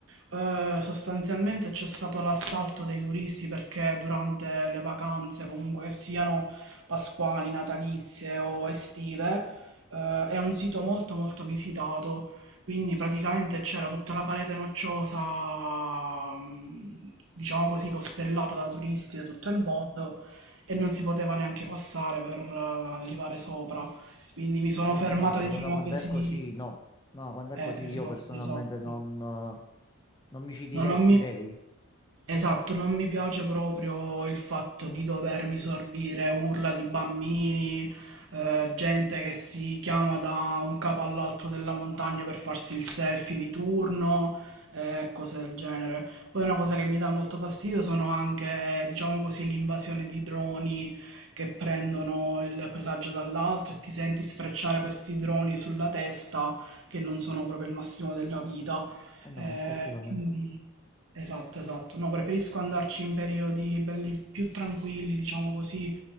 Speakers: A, on the right; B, on the left.
A: eh, sostanzialmente c'è stato l'assalto dei turisti perché durante le vacanze, comunque che siano pasquali, natalizie o estive, eh, è un sito molto molto visitato. Quindi praticamente c'era tutta la parete nocciosa, mm, diciamo così, costellata da turisti da tutto il mondo e non si poteva neanche passare per eh, arrivare sopra. Quindi mi sono
B: Eh
A: fermata,
B: no,
A: diciamo
B: allora quando
A: così.
B: è così, no. No, quando è
A: Eh,
B: così io
A: esatto,
B: personalmente
A: esatto.
B: non, eh, non mi ci divertirei.
A: Non, non mi... Esatto, non mi piace proprio il fatto di dovermi sorbire urla di bambini, eh, gente che si chiama da un capo all'altro della montagna per farsi il selfie di turno, eh, cose del genere. Poi una cosa che mi dà molto fastidio sono anche, diciamo così, l'invasione di droni che prendono il paesaggio dall'altro e ti senti sfrecciare questi droni sulla testa che non sono proprio il massimo della vita.
B: Eh no,
A: Eh,
B: effettivamente.
A: quindi, esatto, esatto. No, preferisco andarci in periodi belli più tranquilli, diciamo così,